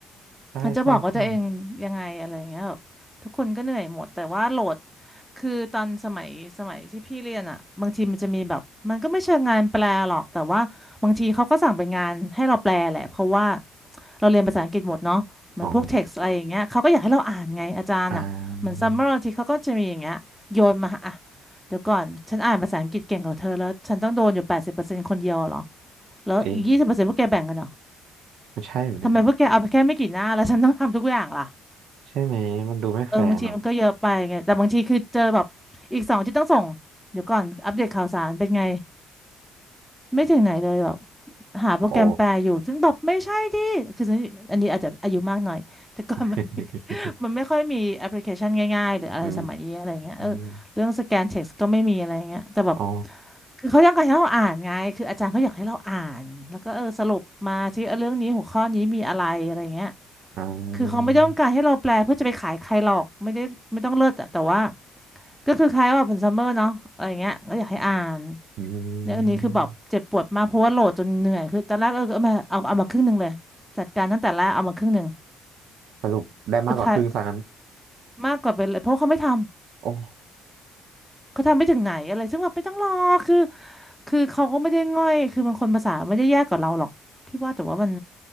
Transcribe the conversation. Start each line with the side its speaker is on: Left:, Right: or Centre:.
Right: ใช่ใช่ใช่
Centre: มันจะบอกว่าตัวเองยังไงอะไรอย่างเงี้ยแบบทุกคนก็เหนื่อยหมดแต่ว่าโหลดคือตอนสมัยสมัยที่พี่เรียนอ่ะบางทีมันจะมีแบบมันก็ไม่เชิงงานแปลหรอกแต่ว่าบางทีเขาก็สั่งเป็นงานให้เราแปลแหละเพราะว่าเราเรียนภาษาอังกฤษหมดเนาะเหมือนพวกเท็กซ์อะไรอย่างเงี้ยเขาก็อยากให้เราอ่านไงอาจารย์อ่ะเหมือนซัมเมอร์ที่เขาก็จะมีอย่างเงี้ยโยนมาอ่ะ
Right: อ๋ออ่า
Centre: เดี๋ยวก่อนฉันอ่านภาษาอังกฤษเก่งกว่าเธอแล้วฉันต้องโดนอยู่แปดสิบเปอร์เซ็นต์คนเดียวเหรอแล้วอีกยี่สิบเปอร์เซ็นต์พวกแกแบ่งกันเหรอ
Right: เอ๊ะมันใช่ไหมเนี่ย
Centre: ทำไมพวกแกเอาไปแค่ไม่กี่หน้าแล้วฉันต้องทำทุกอย่างล่ะ
Right: ใช่ไหมมันดูไม่แฟร์เนาะ
Centre: เออบางทีมันก็เยอะไปไงแต่บางทีคือเจอแบบอีกสองที่ต้องส่งเดี๋ยวก่อนอัปเดตข่าวสารเป็นไงไม่ถึงไหนเลยแบบหาโปรแกรมแปลอยู่ซึ่งแบบไม่ใช่ที่คืออันนี้อาจจะอายุมากหน่อยแต่ก่อนมันไม่
Right: โอ้ <laughs>
Centre: <laughs> มันไม่ค่อยมีแอปพลิเคชันง่ายๆหรืออะไรสมัยนี้อะไรเงี้ยเออเรื่องสแกนเท็กซ์ก็ไม่มีอะไรเงี้ยแต่แบบ
Right: อืมอ๋อ
Centre: คือเขาต้องการให้เราอ่านไงคืออาจารย์เขาอยากให้เราอ่านแล้วก็เออสรุปมาที่เรื่องนี้หัวข้อนี้มีอะไรอะไรเงี้ย
Right: อ่า
Centre: คือเขาไม่ต้องการให้เราแปลเพื่อจะไปขายใครหรอกไม่ได้ไม่ต้องเลิศอะแต่ว่าก็คือคล้ายว่าผป็ซัมเมอร์เนาะอะไรเงี้ยก็อยากให้อ่าน
Right: อืม
Centre: เนี่ยอันนี้คือแบบเจ็บปวดมากเพราะว่าโหลดจนเหนื่อยคือตอนแรกเออเอามาเอาเอามาครึ่งหนึ่งเลยจัดการตั้งแต่แรกเอามาครึ่งหนึ่ง
Right: สรุปได้มากกว่าครึ่งซะงั้น
Centre: สุดท้ายมากกว่าไปเลยเพราะเขาไม่ท
Right: โอ้
Centre: ำเขาทำไม่ถึงไหนอะไรซึ่งแบบไม่ต้องรอคือคือเขาก็ไม่ได้ง่อยคือบางคนภาษาไม่ได้แย่กว่าเราหรอกพี่ว่าแต่ว่ามัน